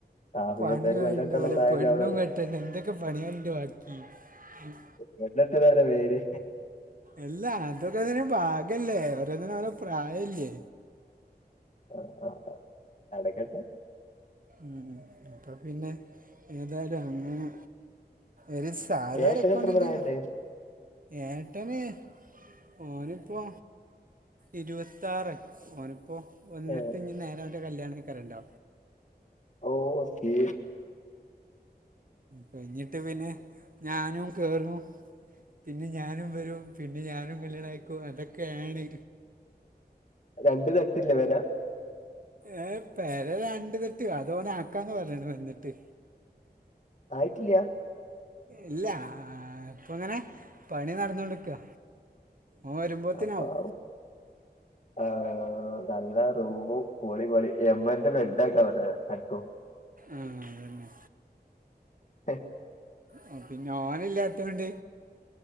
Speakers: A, on the left; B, on the right.
A: ആ
B: പണിയായിണ്ടാവൂല
A: ഇരുപത്താറ് പെണ്ണെട്ടാനുള്ള പ്രായല്ലേ
B: പെണ്ണും
A: അവിടെന്ന്
B: കെട്ടണ്ടേ എന്തൊക്കെ പണികൾണ്ട് ബാക്കി ഉമ്
A: പെണ്ണെട്ടലാണോ മെയിന്
B: എല്ല അതൊക്കെ അതിന്റെ ഭാഗല്ലേ ഓരോന്നിനും ഓരോ പ്രായില്ലേ
A: ആഹ് ആഹ് ആഹ് നടക്കട്ടെ
B: മ് അപ്പപ്പിന്നെ ഏതായാലും അങ്ങനെ ഒരു സാധാ
A: ഏട്ടന്
B: ഒരു അക്കൗണ്ടേന്റ്
A: എത്ര പ്രായണ്ട്
B: ഏട്ടന് ഓനിപ്പോ ഇരുവത്താറ് ഓനിപ്പോ വന്നിട്ട്
A: ഏ
B: ഇഞി നേരോന്റെ കല്യാണയിക്കാരണ്ടാ
A: ഓഹ് അസി
B: കഴിഞ്ഞിട്ട് പിന്നെ ഞാനും കേറും പിന്നെ ഞാനും വരും പിന്നെ ഞാനും കല്യാണം കയിക്കും അതൊക്കെയാണ്
A: രണ്ടു തട്ടില്ലേ പേരാ
B: ഏഹ് പേര രണ്ട തെട്ട് അത് ഓൻ ആക്കാന്ന് പറഞ്ഞിണ് വന്നിട്ട്
A: ആയിട്ടില്ല
B: ഇല്ല ഇപ്പ ഇങ്ങനെ പണി നടന്നോണ്ടിക്കോ ഓൻ വരുമ്പോത്തിന
A: അപ്പാവു
B: ആവും
A: ആഹ് നല്ല റൂമും പോളി പോളി എമ്മന്റെ മെഡക്കാ പറഞ്ഞ അക്കും
B: ആഹ് അതന്നെ
A: ഏഹ്
B: ആഹ് പിന്നെ ഓനല്ലാത്തോണ്ട്